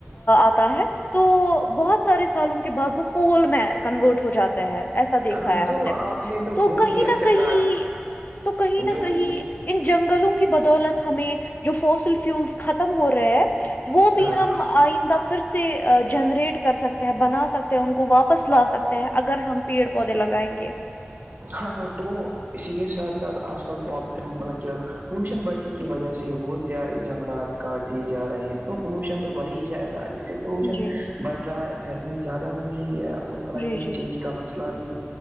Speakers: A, on the left (about 50°); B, on the right (about 50°).
A: آتا ہے تو بہت سارے سالوں کے بعد وہ کول میں کنورٹ ہو جاتا ہے ایسا دیکھا
B: ہاں
A: ہے ہم
B: تو
A: نے
B: آپ
A: تو
B: بہت
A: کہیں
B: ہی اچھا
A: نہ کہیں
B: کہا
A: تو کہیں نہ
B: جو
A: کہیں
B: مجھے
A: ان جنگلوں کی بدولت ہمیں جو فوسل فیولس ختم ہو رہے ہیں وہ بھی
B: ہاں
A: ہم آئندہ پھر سے جنریٹ کر سکتے ہیں بنا سکتے ان کو واپس لا سکتے ہیں اگر ہم پیڑ پودے لگائیں گے
B: ہاں ہاں تو اسی کے ساتھ ساتھ آج کل مطلب کہ پولوشن بڑھنے کی وجہ سے بہت سیارے جنگلات کاٹ دیے جا رہے ہیں تو پولوشن تو بڑھ ہی جائے گا اس سے پولوشن
A: جی
B: بڑھ رہا ہے گرمی زیادہ ہو رہی ہے اور کلائمیٹ
A: جی جی
B: چینج کا مسئلہ بھی